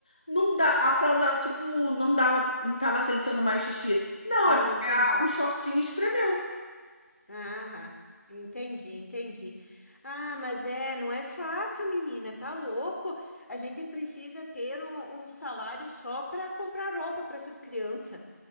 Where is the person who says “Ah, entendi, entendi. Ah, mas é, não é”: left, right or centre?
Left